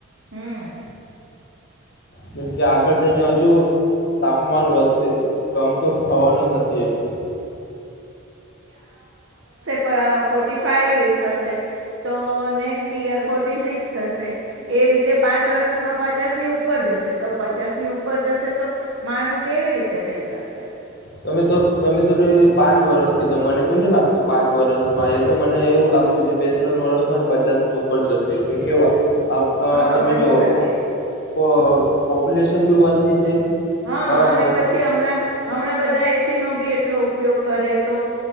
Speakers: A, on the right (about 65°); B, on the left (about 50°).
A: હમ્મ.
B: કેમ કે આગળ જઈને હજુ તાપમાન વધશે. કમ તો થવાનું જ નથી એ.
A: પ ફોર્ટી ફાઈવ થશે. તો નેક્સ્ટ ઈયર ફોર્ટી સિક્સ થશે. એ રીતે પાંચ વર્ષમાં પચાસ ની ઉપર જશે તો પચાસ ની ઉપર જશે તો માણસ કેવી રીતે રહી શકશે
B: તમે તો તમે તો પાંચ વરષ કીધા મને તો નહી લાગતું પાંચ વર્ષમાં તો મને એવું લાગતું છે. બે ત્રણ વર્ષમાં જ પચાસ ની ઉપર જશે કેમ કેવા આ
A: હા
B: અ તમે
A: બની
B: જોવો
A: શકે
B: પ‌ પોપ્યુલેશન ભી વધતી છે.
A: હા
B: બરાબર
A: અને પછી હમણાં હમણાં બધા એ એસી નો ભી એટલો ઉપયોગ કરે તો